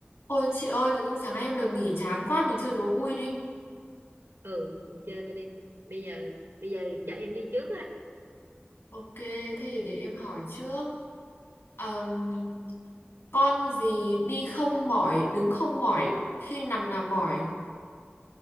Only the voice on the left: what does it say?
Ôi chị ơi, tự dưng sáng nay em được nghỉ chán quá, mình chơi đố vui đi.
Ok, thế thì để em hỏi trước. Ờm, con gì đi không mỏi, đứng không mỏi, khi nằm là mỏi.